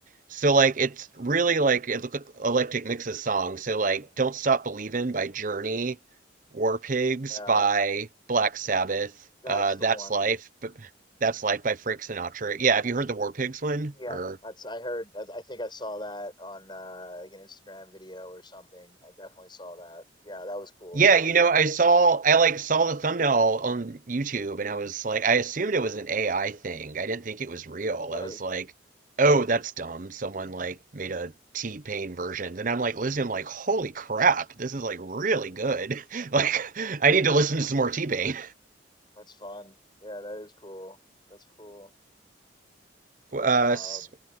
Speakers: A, on the right; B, on the left.
A: so like it's really like it look eclectic mix of songs. So like "Don't Stop Believin'" by Journey, "War Pigs"
B: Uh,
A: by Black Sabbath,
B: that's
A: uh,
B: the
A: "That's
B: one.
A: Life," but "That's Life" by Frank Sinatra. Yeah, have you heard the War Pigs one?
B: Yeah,
A: Or
B: that's I heard. I I think I saw that on uh, like an Instagram video or something. I definitely saw that. Yeah, that was cool.
A: Yeah,
B: That
A: you
B: was fun.
A: know, I saw I like saw the thumbnail on YouTube and I was like I assumed it was an AI thing. I didn't think it was real.
B: Right.
A: I was like, "Oh, that's dumb. Someone like made a T-Pain version." Then I'm like listening I'm like, "Holy crap. This is like really good." <laughs> Like I need to listen to some more T-Pain.
B: That's fun. Yeah, that is cool. That's cool.
A: Uh
B: Um,
A: s-